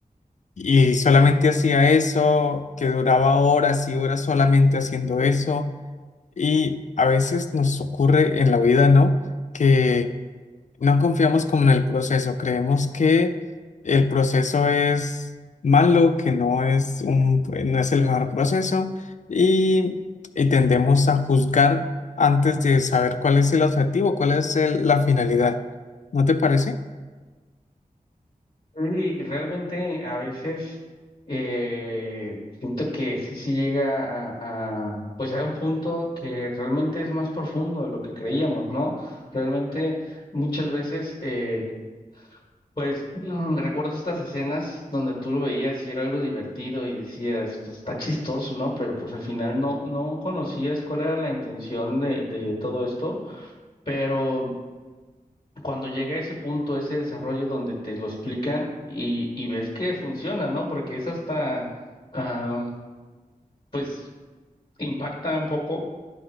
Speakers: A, on the left; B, on the left.
A: y solamente hacía eso, que duraba horas y horas solamente haciendo eso. Y a veces nos ocurre en la vida, ¿no? Que no confiamos como en el proceso, creemos que el proceso es malo, que no es un, no es el mejor proceso y, y tendemos a juzgar antes de saber cuál es el objetivo, cuál es el- la finalidad. ¿No te parece?
B: Y realmente a veces eh, siento que sí, sí llega a, a, pues a un punto que realmente es más profundo de lo que creíamos, ¿no? Realmente muchas veces eh, Pues mm, recuerdo estas escenas donde tú lo veías y era algo divertido y decías, pues está chistoso, ¿no? Pero pues al final no, no conocías cuál era la intención de, de todo esto, pero cuando llega ese punto, ese desarrollo donde te lo explican y, y ves que funciona, ¿no? Porque es hasta, ah, pues impacta un poco